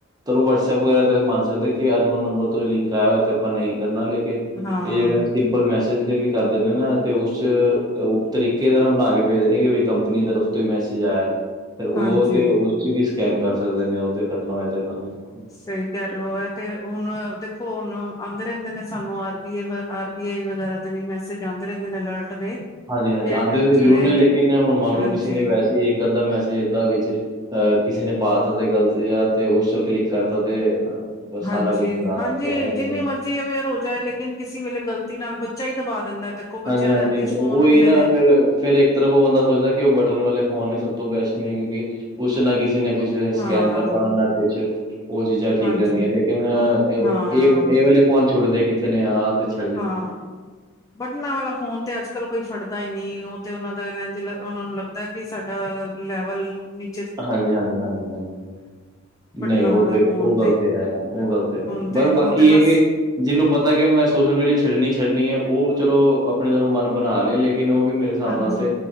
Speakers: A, on the right; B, on the left.
A: ਚਲੋ ਵਟਸਐਪ ਵਗੈਰਾ ਤੇ ਮੰਨ ਸਕਦੇ ਕਿ ਅਨੋਨ ਨੰਬਰ ਤੋਂ ਲਿੰਕ ਆਇਆ ਹੋਏ ਤੇ ਆਪਾਂ ਨਹੀਂ ਕਰਨਾ ਲੇਕਿਨ
B: ਹਾਂ
A: ਇਹ ਜਿਹ੍ੜੇ ਨੇ ਸਿੰਪਲ ਮੈਸੇਜ ਦੇ ਵੀ ਕਰਦੇ ਨੇ ਨ ਤੇ ਉਸ ਓ ਤਰੀਕੇ ਨਾਲ ਬਣਾ ਕੇ ਭੇਜ ਦੇ ਨੇ ਕਿ ਕੰਪਨੀ ਦੀ ਤਰਫ ਤੋਂ ਹੀ ਮੈਸੇਜ ਆਇਆ। ਫਿਰ
B: ਹਾਂਜੀ
A: ਉਹ ਤੇ ਉਸ ਚ ਵੀ ਸਕੈਮ ਕਰ ਸਕਦੇ ਨੇ ਉਹ ਤੇ ਕਰਨਾ ਹੋਏ ਤੇ ਉਹਨਾਂ ਨੇ।
B: ਸਹੀ ਕਹਿ ਰਹੇ ਹੋ ਇਹ ਤੇ ਹੁਣ ਦੇਖੋ ਹੁਣ ਆਉਂਦੇ ਰਹਿੰਦੇ ਨੇ ਸਾਨੂੰ R B R B I ਵਗੈਰਾ ਦੇ ਵੀ ਮੈਸੇਜ ਆਉਂਦੇ ਰਹਿੰਦੇ ਨੇ ਅਲਰਟ ਦੇ
A: ਹਾਂਜੀ ਹਾਂਜੀ ਆਉਂਦੇ
B: ਏਟ ਜਿਵੇਂ
A: ਤੇ ਜ਼ਰੂਰ ਨੇ ਲੇਕਿਨ ਹੁਣ ਮੰਨ
B: ਹਾਂਜੀ
A: ਲਓ ਕਿਸੇ ਨੇ ਵੈਸੇ ਈ ਇੱਕ ਅੱਧਾ ਮੈਸੇਜ ਏਦਾਂ ਵਿੱਚ ਅਹ ਕਿਸੇ ਨੇ ਪਾਤਾ ਤੇ ਗਲਤ ਜਿਆ ਤੇ ਉਸ ਚੋ ਕਲਿੱਕ ਕਰਤਾ ਤੇ ਬਸ
B: ਹਾਂਜੀ,
A: ਸਾਰਾ ਕੁਝ ਖ਼ਰਾਬ
B: ਹਾਂਜੀ
A: ਸਕੈਮ ਹੋ
B: ਜਿੰਨੀ
A: ਜਾਂਦਾ।
B: ਮਰਜ਼ੀ ਜੀ ਅਵੇਅਰ ਹੋ ਜਾਏ ਲੇਕਿਨ ਕਿਸੇ ਵੇਲੇ ਗ਼ਲਤੀ ਨਾਲ ਬੱਚਾ ਹੀ ਦਬਾ ਦਿੰਦਾ। ਦੇਖੋ ਬੱਚਿਆਂ
A: ਹਾਂਜੀ ਹਾਂਜੀ
B: ਦੇ ਹੱਥ ਚ
A: ਉਹੀ
B: ਫੋਨ ਹੁੰਦੇ
A: ਨਾ
B: ਨੇ
A: ਫ਼ਿਰ, ਫ਼ਿਰ ਇੱਕ ਤਰ ਉਹ ਬੰਦਾ ਸੋਚਦਾ ਕਿ ਉਹ ਬਟਨ ਵਾਲੇ ਫੋਨ ਹੀ ਸਭ ਤੋਂ ਬੈਸਟ ਨੇ ਕਿਉਂਕਿ ਕੁਛ ਨਾ ਕਿਸੇ ਨੇ ਕੁੱਛ ਇਹ ਸਕੈਮ
B: ਹਾਂ
A: ਕਰ ਪਾਉਣਾ ਨਾ ਕੁਛ। ਉਹ ਚੀਜ਼ਾਂ ਠੀਕ
B: ਹਾਂਜੀ
A: ਰਹਿੰਦੀਆਂ। ਲੇਕਿਨ
B: ਹੁਣ
A: ਇਹ
B: ਹਾਂ
A: ਇਹ ਵਾਲੇ ਫੋਨ ਛੁਟਦੇ ਕਿੱਥੇ ਨੇ ਆ ਹੱਥ ਚ
B: ਹਾ ਬਟਨਾਂ ਵਾਲਾ ਫੋਨ ਤੇ ਅੱਜ ਕੱਲ ਕੋਈ ਫੜਦਾ ਹੀ ਨਈ ਓ ਤੇ ਉਹਨਾਂ ਦਾ ਐਂਜ ਉਹਨਾਂ ਨੂੰ ਲੱਗਦਾ ਕਿ ਸਾਡਾ ਲੈਵਲ ਨੀ
A: ਹਾਂਜੀ ਹਾਂਜੀ ਹਾਂਜੀ ਹਾਂਜੀ ਹ।
B: ਬਟਨਾਂ
A: ਨਹੀਂ ਉਹ
B: ਵਾਲਾ
A: ਤੇ
B: ਫੋਨ
A: ਉਹ ਗਲਤ
B: ਤੇ
A: ਹੈ ਉਹ ਗਲਤ ਹੈ
B: ਹੁਣ ਤੇ
A: ਬਸ
B: ਉਹ
A: ਬਾਕੀ
B: ਤੇ ਬਸ
A: ਇਹ ਹੈ ਕਿ ਜਿਹਨੂੰ ਪਤਾ ਕਿ ਮੈਂ ਸੋਸ਼ਲ ਮੀਡੀਆ ਛੱਡਣੀ ਛੱਡਣੀ ਹੈ ਉਹ ਚਲੋ ਆਪਣੇ ਜਲੋਂ ਮਨ ਬਣਾ ਲਏ ਲੇਕਿਨ ਉਹ ਵੀ ਮੇਰੇ। ਹਿਸਾਬ
B: ਹਾਂਜੀ
A: ਨਾਲ ਤੇ